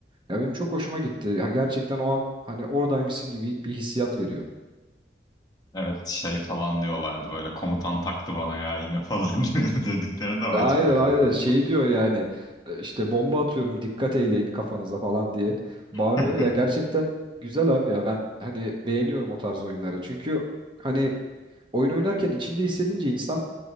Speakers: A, on the right; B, on the left.
A: Ya benim çok hoşuma gitti. Ya gerçekten o an hani oradaymışsın gibi bir hissiyat veriyor.
B: Evet şey falan diyorlardı böyle komutan taktı bana ya yine falan <laughs> dediklerinde ben
A: Aynen
B: çok gülüyordum.
A: aynen şey diyor yani e, işte bomba atıyorum dikkat eyleyin kafanıza falan diye bağırıyor.
B: <laughs>
A: Ya gerçekten güzel abi ya ben hani beğeniyorum o tarz oyunları. Çünkü hani oyun oynarken içinde hissedince insan